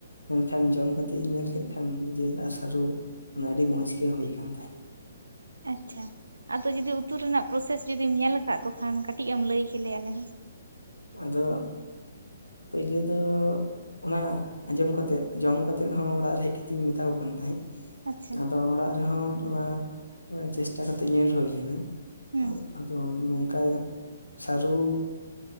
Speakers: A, on the left; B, on the right.
A: ᱢᱮᱱ ᱠᱷᱟᱱ ᱡᱚᱢ ᱠᱟᱛᱮᱜ ᱤᱧ ᱧᱮᱞ ᱠᱮᱫ ᱠᱷᱟᱱ ᱡᱤᱞ ᱟᱨ ᱥᱟᱨᱩ ᱟᱹᱰᱤ ᱢᱚᱸᱡᱽ ᱜᱮ ᱦᱚᱭ ᱠᱟᱱ ᱛᱟᱦᱮᱸᱫ᱾
B: ᱟᱪᱪᱷᱟ ᱟᱫᱚ ᱡᱩᱫᱤ ᱩᱛᱩ ᱨᱮᱱᱟᱜ ᱯᱨᱚᱥᱮᱥ ᱡᱩᱫᱤᱢ ᱧᱮᱞ ᱟᱠᱟᱜ ᱠᱚ ᱠᱷᱟᱱ ᱠᱟᱹᱴᱤᱡ ᱮᱢ ᱞᱟᱹᱭ ᱠᱮᱞᱮᱭᱟ ᱟᱞᱮ ᱦᱚᱸ?
A: ᱟᱫᱚ ᱯᱟᱹᱭᱞᱟᱹ ᱫᱚᱼᱼ ᱚᱱᱟ ᱟᱸᱡᱚᱢ ᱠᱟᱛᱮᱫ ᱡᱚᱢ ᱠᱟᱛᱮᱫ ᱦᱚᱸ ᱚᱲᱟᱜ ᱨᱮ ᱦᱮᱡ ᱠᱟᱛᱮᱜ ᱤᱧ ᱢᱮᱛᱟ ᱠᱚ ᱠᱟᱱ ᱛᱟᱦᱮᱸᱫ᱾
B: ᱟᱪᱪᱷᱟ
A: ᱟᱫᱚ ᱚᱲᱟᱜ ᱨᱮᱦᱚᱸ ᱚᱱᱟ ᱪᱮᱥᱴᱟ ᱠᱟᱛᱮᱜ ᱧᱮᱞ ᱦᱩᱭ ᱮᱱᱟ᱾
B: ᱦᱩᱸ
A: ᱟᱨ ᱟᱫᱚ ᱱᱚᱝᱠᱟ ᱜᱮ ᱥᱟᱨᱩᱼᱼ